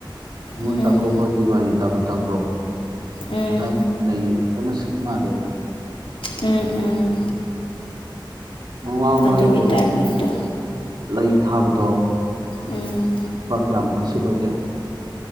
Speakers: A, on the right; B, on the left.
A: ꯅꯤꯡꯉꯣꯟ
B: ꯎꯝ
A: ꯆꯥꯛꯀꯧꯕ ꯗꯤꯕꯥꯅꯤ ꯇꯥ ꯃꯇꯝꯗꯣ
B: ꯎꯝ
A: ꯑꯗꯥꯏ ꯂꯩꯁꯦ ꯐꯖꯅ ꯃꯥꯜꯂꯦ
B: ꯎꯝ ꯎꯝ
A: ꯃꯃꯥꯡ ꯅꯣꯏ
B: ꯑꯗꯨꯒꯤ
A: ꯂꯩ
B: ꯇꯥꯏꯃꯤꯡꯗ
A: ꯂꯩ ꯊꯥꯕꯗꯣ
B: ꯎꯝ
A: ꯂꯨꯄꯥ ꯀꯌꯥꯃꯨꯛꯀ ꯁꯤꯠꯍꯧꯒꯦ